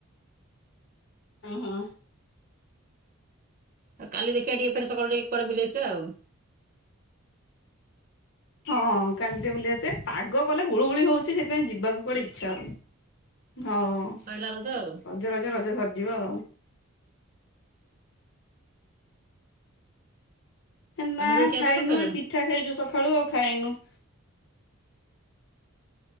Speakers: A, on the left (about 60°); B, on the right (about 40°).
A: ଓ ହୋ।
B: ଆଉ କାଲି ଦେଖିବା ଟିକେ ଫେରେ ସକାଳୁ ଟିକେ କୁଆଡେ ବୁଲି ଆସିବା ଆଉ।
A: ହଁ କାଲି ଟିକେ ବୁଲି ଆସିବା ପାଗ କଲେ ଗୁଳୁଗୁଳି ହଉଚି ସେଥିପାଇଁ ଯିବାକୁ କୁଆଡ଼େ ଇଚ୍ଛା ହଉନି। ହଁ।
B: ସଇଲା ରଜ ଆଉ।
A: ରଜ ରଜ ରଜ ସରିଯିବ ଆଉ। ଏନା
B: ତମେ ସବୁ ଖିଆପିଆ
A: ଖାଇନୁ
B: କରିସାରିଲଣି?
A: ଏଇ ପିଠା ଖାଇଚୁ ସକାଳୁ ଆଉ ଖାଇନୁ।